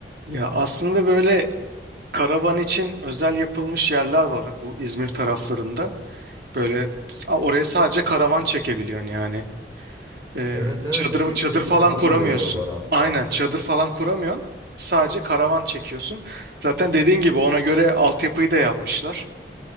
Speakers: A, on the right; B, on the right.
A: Ya aslında böyle karavan için özel yapılmış yerler var bu İzmir taraflarında. Böyle t- oraya sadece karavan çekebiliyorsun yani. Ee,
B: Evet evet
A: çadır,
B: elektrik
A: çadır falan
B: falan
A: kuramıyorsun.
B: da veriyorlar hatta.
A: Aynen çadır falan kuramıyorsun. Sadece karavan çekiyorsun. Zaten dediğin gibi ona göre altyapıyı da yapmışlar.